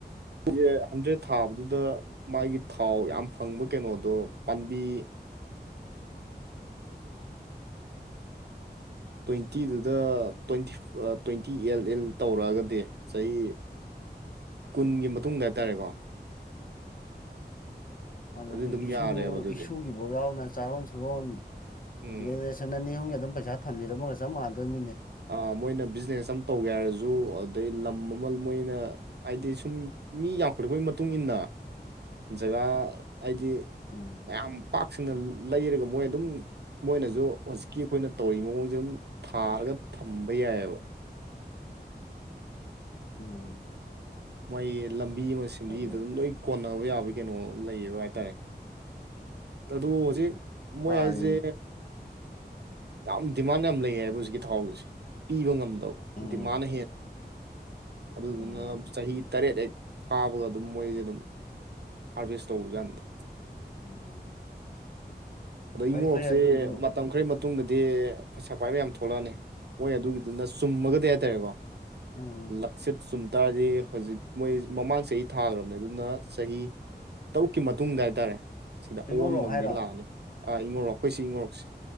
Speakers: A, on the right; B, on the left.
A: ꯎꯖꯦ ꯍꯟꯗ꯭ꯔꯦꯠ ꯊꯥꯕꯗꯨꯗ ꯃꯥꯒꯤ ꯊꯥꯎ ꯌꯥꯝ ꯐꯪꯕ ꯀꯩꯅꯣꯗꯣ ꯄꯥꯝꯕꯤ ꯇ꯭ꯋꯦꯟꯇꯤꯗꯨꯗ ꯇ꯭ꯋꯦꯟꯇꯤ ꯇ꯭ꯋꯦꯟꯇꯤ ꯑꯦꯜ ꯑꯦꯜ ꯇꯧꯔꯛꯑꯒꯗꯤ ꯆꯍꯤ ꯀꯨꯟꯒꯤ ꯃꯇꯨꯡꯗ ꯍꯥꯏꯇꯥꯔꯦꯀꯣ
B: ꯑꯗꯨꯗꯤ
A: ꯑꯗꯨ ꯑꯗꯨꯝ
B: ꯏꯁꯨ
A: ꯌꯥꯔꯦꯕ ꯑꯗꯨꯗꯤ
B: ꯏꯁꯨꯒꯤꯐꯥꯎ ꯌꯥꯎꯅ ꯆꯥꯔꯣꯟ ꯁꯨꯔꯣꯟꯖꯦꯅꯦ
A: ꯎꯝ
B: ꯁꯟ ꯑꯅꯤ ꯑꯍꯨꯝꯒꯤ ꯑꯗꯨꯝ ꯄꯩꯁꯥ ꯊꯝꯕꯤꯔꯝꯕꯒ ꯆꯞ ꯃꯥꯟꯗꯣꯏꯃꯤꯅꯦ
A: ꯑ ꯃꯣꯏꯅ ꯕꯤꯖꯤꯅꯦꯁ ꯑꯃ ꯇꯧꯒꯦ ꯍꯥꯏꯔꯁꯨ ꯑꯗꯩ ꯂꯝ ꯑꯃ ꯃꯣꯏꯅ ꯍꯥꯏꯗꯤ ꯁꯨꯝ ꯃꯤ ꯌꯥꯝꯈꯠꯂꯛꯄꯒꯤ ꯃꯇꯨꯡ ꯏꯟꯅ ꯖꯒꯥ ꯍꯥꯏꯗꯤ
B: ꯎꯝ
A: ꯃꯌꯥꯝ ꯄꯥꯛ ꯁꯟꯅ ꯂꯩꯔꯒ ꯃꯣꯏ ꯑꯗꯨꯝ ꯃꯣꯏꯅꯁꯨ ꯍꯧꯖꯤꯛꯀꯤ ꯑꯩꯈꯣꯏꯅ ꯇꯧꯔꯤꯕ ꯃꯑꯣꯡꯁꯦ ꯑꯗꯨꯝ ꯊꯥꯔꯒ ꯊꯝꯕ ꯌꯥꯏꯌꯦꯕ
B: ꯎꯝ
A: ꯃꯒꯤ ꯂꯝꯕꯤ ꯑꯃ ꯁꯦꯝꯟꯕꯤꯕꯗ
B: ꯑꯗꯨꯅꯤ
A: ꯑꯗꯨꯝ ꯂꯣꯏ ꯀꯣꯟꯅꯕ ꯌꯥꯕꯒꯤ ꯀꯩꯅꯣ ꯂꯩꯌꯦꯕ ꯍꯥꯏꯇꯥꯔꯦ ꯑꯗꯨ ꯍꯧꯖꯤꯛ ꯃꯣꯏ
B: ꯃꯥꯅꯤ
A: ꯍꯥꯏꯁꯦ ꯌꯥꯝ ꯗꯤꯃꯥꯟ ꯌꯥꯝ ꯂꯩ ꯍꯥꯏꯕ ꯍꯧꯖꯤꯛꯀꯤ ꯊꯥꯎꯁꯦ ꯄꯤꯕ ꯉꯝꯗꯕ
B: ꯎꯝ
A: ꯗꯤꯃꯥꯟꯅ ꯍꯦꯟꯅ ꯑꯗꯨꯗꯨꯅ
B: ꯎꯝ
A: ꯆꯍꯤ ꯇꯔꯦꯠ ꯍꯦꯛ ꯐꯥꯕꯒ ꯑꯗꯨꯝ ꯃꯣꯏꯁꯦ ꯑꯗꯨꯝ ꯍꯥꯔꯚꯦꯁ ꯇꯧꯕꯖꯥꯅꯤꯗ
B: ꯎꯝ
A: ꯑꯗ
B: ꯐꯩ
A: ꯏꯉꯣꯔꯣꯛꯁꯦ
B: ꯐꯩ ꯑꯗꯨꯁꯨ
A: ꯃꯇꯝ ꯈꯔꯒꯤ ꯃꯇꯨꯡꯗꯗꯤ ꯄꯩꯁꯥ ꯄꯥꯏꯕ ꯌꯥꯝ ꯊꯣꯛꯂꯛꯑꯅꯤ ꯃꯣꯏ ꯑꯗꯨꯒꯤꯗꯨꯅ ꯆꯨꯝꯃꯒꯗꯤ ꯍꯥꯏꯇꯥꯔꯦꯀꯣ
B: ꯎꯝ
A: ꯂꯛꯆꯠ ꯆꯨꯝꯇꯥꯔꯗꯤ ꯍꯧꯖꯤꯛ ꯃꯣꯏ ꯃꯃꯥꯡ ꯆꯍꯤ ꯊꯥꯈ꯭ꯔꯕꯅꯦ ꯑꯗꯨꯅ ꯆꯍꯤ ꯇꯔꯨꯛꯀꯤ ꯃꯇꯨꯡꯗ ꯍꯥꯏꯇꯥꯔꯦ ꯁꯤꯗ ꯑꯑꯣꯟꯕ
B: ꯏꯉꯧꯔꯣꯛ
A: ꯑꯃꯗꯤ
B: ꯍꯥꯏꯔꯣ
A: ꯂꯥꯛꯑꯅꯤ ꯑ ꯏꯉꯧꯔꯣꯛ ꯑꯩꯈꯣꯏ ꯁꯤ ꯏꯉꯧꯔꯣꯛꯁꯦ